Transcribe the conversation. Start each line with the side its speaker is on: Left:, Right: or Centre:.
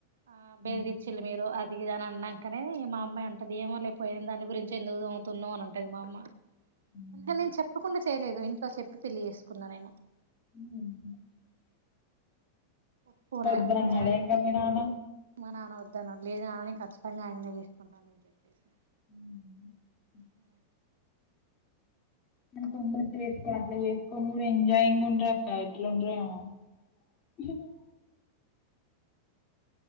Right: ఆ బేరదిచ్చిల్
Left: ఉమ్,
Right: మీరు అది ఇదని అన్నాంకనే ఏ మా అమ్మా ఇగ అంటదిద ఏమో లేక పోయిన దాని గురించి ఎందుకు తోముతున్నావు అం టది మా అమ్మ
Left: ఉమ్,
Right: అంటే నేను చెప్పకుండా చేయలేదు ఇంట్లో చెప్పి పెళ్లి చేేసు సుకున్న నేను
Left: హ <unintelligible>
Right: ఒప్పుకోను
Left: వద్దు అన్నాడ
Right: మన
Left: ఇంగ మీ నాన్న
Right: మా నాన్న వద్దన్నాడు లేదు నాన్న నేను ఖచ్చితంగా ఆయననే తీసుకుంటా అని నేను చెప్పేసి
Left: హ <unintelligible>
Right: ఆ
Left: మ కొందరు చేసుకో అట్లా చేసుకొని కూడా ఎంజాయింగ్ ఉంటరు అక్క ఎట్ల ఉంటారో ఏమో అ <unintelligible>